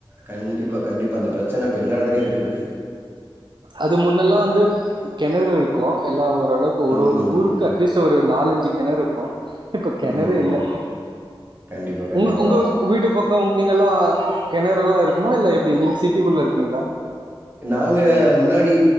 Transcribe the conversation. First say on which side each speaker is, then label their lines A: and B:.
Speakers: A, on the right (about 25°); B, on the right (about 60°).
A: கண்டிப்பா கண்டிப்பா அந்த பிரச்சனை இப்ப எல்லா இடத்துலேயு இருக்குது
B: அது முன்னெல்லா வந்து கிணறு இருக்கும் எல்லா ஓரளவுக்கு ஒரு
A: ம்.
B: ஒரு ஊருக்கு அட்லீஸ் ஒரு நாலஞ்சு கிணறு இப்ப கிணறே
A: ம்.
B: இல்ல
A: கண்டிப்பா, கண்டிப்பா.
B: உங்க உங்க உங்க வீட்டு பக்க நீங்களா கிணறு எல்லா இருக்குமா இல்ல எப்படி நீங்க சிட்டிக்குள்ள இருக்கீங்களா
A: நாங்க முன்னாடி